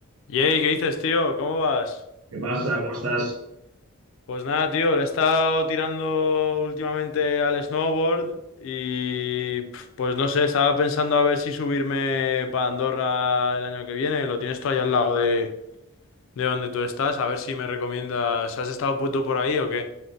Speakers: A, on the left; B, on the right.
A: Yey, ¿qué dices, tío? ¿Cómo vas?
B: ¿Qué pasa? ¿Cómo estás?
A: Pues nada, tío, le he estado tirando últimamente al snowboard y pf, pues no sé, estaba pensando a ver si subirme para Andorra el año que viene. Lo tienes tú ahí al lado de, de donde tú estás, a ver si me recomiendas. ¿Has estado puto por ahí o qué?